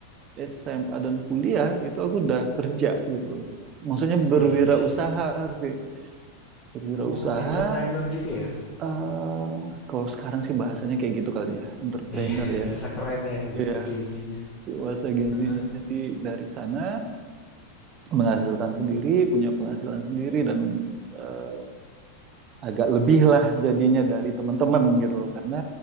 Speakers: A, on the right; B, on the left.
A: SMA dan kuliah itu aku udah kerja gitu loh. Maksudnya
B: Wih,
A: berwirausaha
B: keren kan.
A: Harvey. Berwirausaha
B: Oh, entrepreneur gitu ya?
A: eh kalau sekarang sih bahasanya kayak gitu kali ya, entrepreneur
B: Iya, <laughs>
A: ya.
B: bahasa kerennya ya, bahasa
A: Iya,
B: Gen Z-nya.
A: Bahasa agensinya.
B: <laughs>
A: Jadi dari sana menghasilkan sendiri, punya penghasilan sendiri dan eh, agak lebih lah jadinya dari teman-teman gitu loh. Karena